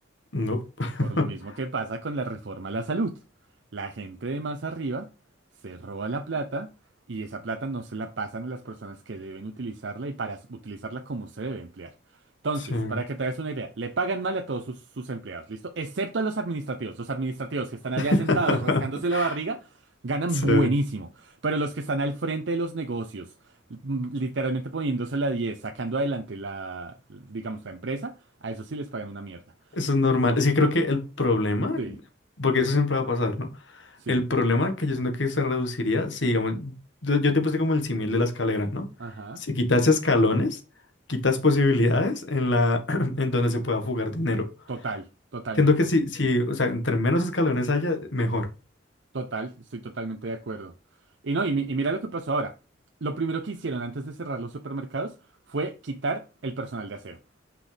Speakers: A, on the left (about 75°); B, on the right (about 70°).
A: No. <laughs>
B: Por lo mismo que pasa con la reforma a la salud. La gente de más arriba se roba la plata y esa plata no se la pasan a las personas que deben utilizarla y para s- utilizarla como se debe emplear. Entonces,
A: Sí.
B: para que te des una idea, le pagan mal a todos sus, sus empleados, ¿listo? Excepto a los administrativos. Los administrativos que están allá
A: <laughs>
B: sentados rascándose la barriga ganan
A: Sí.
B: buenísimo. Pero los que están al frente de los negocios, mm, literalmente poniéndose la 10, sacando adelante la, digamos, la empresa, a eso sí les pagan una mierda.
A: Eso es normal. Es que creo
B: Lo,
A: que el problema,
B: sí.
A: porque eso siempre va a pasar, ¿no?
B: Sí,
A: El problema que yo siento que se reduciría, si digamos, yo, yo te puse como el símil de la escalera, ¿no?
B: ajá.
A: Si quitas escalones, quitas posibilidades en la, <clears throat> en donde se pueda fugar dinero.
B: Total, totalmente.
A: Siento que si, si, o sea, entre menos escalones haya, mejor.
B: Total, estoy totalmente de acuerdo. Y no, y, mi- y mira lo que pasó ahora. Lo primero que hicieron antes de cerrar los supermercados fue quitar el personal de aseo.